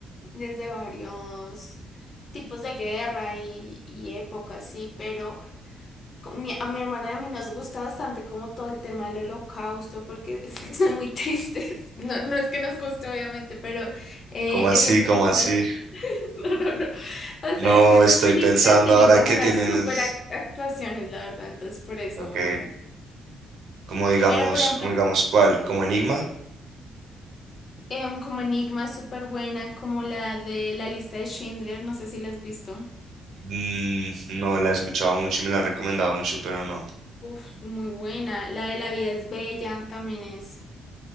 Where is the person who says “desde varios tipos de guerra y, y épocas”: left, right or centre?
Left